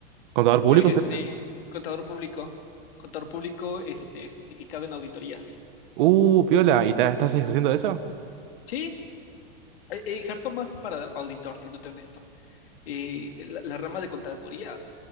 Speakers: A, on the right; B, on the left.
A: ¿Contador público
B: Yo, yo
A: estudiaste?
B: estudié contador público, contador público, este, certificado en auditorías.
A: Uh, piola, ¿y ta- estás ejerciendo de eso?
B: Sí, eh, eh, ejerzo más para auditor, siéndote honesto. Eh, la, la rama de contaduría,